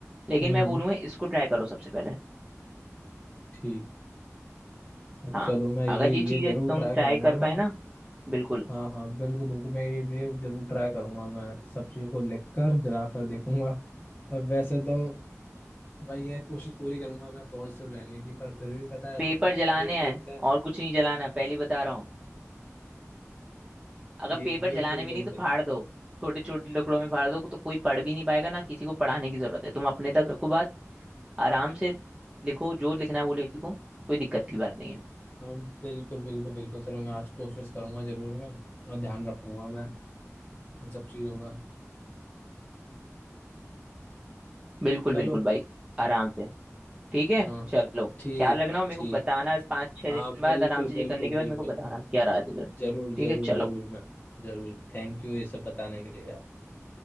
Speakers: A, on the right; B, on the left.
A: लेकिन
B: हम्म
A: मैं
B: हम्म,
A: बोलूंगा इसको ट्राई करो सबसे पहले
B: ठीक
A: हाँ
B: चलो मैं ये
A: अगर
B: ये
A: ये चीजें
B: जरूर
A: तुम
B: ट्राई
A: ट्राई
B: करूंगा
A: कर
B: मैं
A: पाए ना बिल्कुल
B: हाँ हाँ बिल्कुल बिल्कुल मैं ये ये जरूर ट्राई करूंगा मैं सब चीज़ों को लिख कर जला कर देखूंगा पर वैसे तो भाई ये कोशिश पूरी करूंगा मैं पॉजिटिव रहने की पर फिर भी पता है
A: पेपर
B: देख
A: जलाने
B: देख
A: हैं
B: कर
A: और कुछ नहीं जलाना पहले ही बता रहा हूँ अगर
B: ठीक
A: पेपर
B: बिल्कुल
A: जलाने भी
B: बिल्कुल
A: नहीं तो फाड़ दो छोटे छोटे टुकड़ों में फाड़ दो तो कोई पढ़ भी नहीं पाएगा ना किसी को पढ़ाने की जरूरत है तुम अपने तक रखो बात आराम से लिखो जो लिखना है वो लिखो कोई दिक्कत की बात नहीं है
B: हम बिल्कुल बिल्कुल बिल्कुल चलो मैं आज कोशिश करूंगा जरूर मैं और ध्यान रखूंगा मैं इन सब चीज़ों का
A: बिल्कुल
B: चलो
A: बिल्कुल भाई आराम से ठीक है
B: हाँ
A: चलो
B: ठीक
A: ख्याल रखना और मेरे
B: ठीक
A: को बताना पाँच छह
B: हाँ
A: दिन
B: बिल्कुल
A: बाद आराम से
B: बिल्कुल
A: ये करने के
B: बिल्कुल
A: बाद मेरे को बताना क्या राय है रिजल्ट
B: जरूर
A: ठीक
B: जरूर
A: है चलो
B: जरूर मैं जरूर थैंक यू ये सब बताने के लिए यार